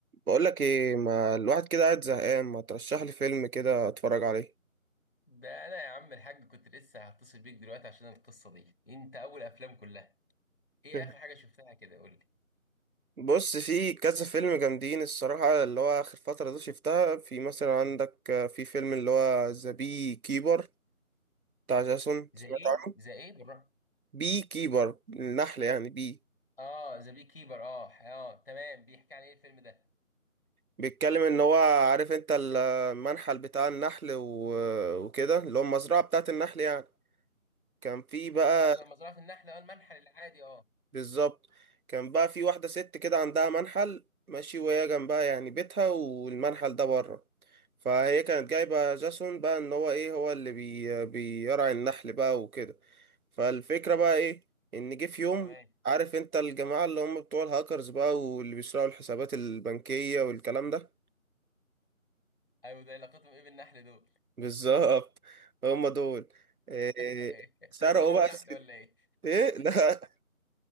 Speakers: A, on the right (about 90°); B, on the left (about 40°).
A: بقول لك ايه ما الواحد كده قاعد زهقان ما ترشح لي فيلم كده اتفرج عليه
B: ده انا يا عم الحاج كنت لسه هتصل بيك دلوقتي عشان القصه دي انت اول افلام كلها ايه
A: <laughs>
B: اخر حاجه شفتها كده قول لي
A: بص في كذا فيلم جامدين الصراحة اللي هو آخر فترة دي شفتها في مثلا عندك آه، في فيلم اللي هو ذا بي كيبر بتاع جاسون
B: ذا
A: سمعت
B: ايه
A: عنه
B: ذا ايه بالراحه
A: بي كيبر النحل يعني بي
B: اه ذا بي كيبر اه اه تمام بيحكي عن ايه الفيلم ده
A: بيتكلم ان هو عارف انت المنحل بتاع النحل و... وكده اللي هو المزرعة بتاعت النحل يعني كان في بقى
B: ايوه مزرعه النحل اه المنحل العادي اه
A: بالظبط كان بقى في واحدة ست كده عندها منحل ماشي وهي جنبها يعني بيتها والمنحل ده بره فهي كانت جايبة جاسون بقى ان هو ايه هو اللي بي بيرعي النحل بقى وكده فالفكرة بقى ايه ان جه في يوم
B: تمام
A: عارف انت الجماعة اللي هم بتوع الهاكرز بقى واللي بيسرقوا الحسابات البنكية والكلام ده
B: ايوه ده علاقتهم ايه بالنحل دول <laughs>
A: بالظبط هم دول إيه
B: إيه،
A: سرقوا
B: سرقوا النحل
A: بقى الست
B: ولا ايه
A: ايه لا <laughs>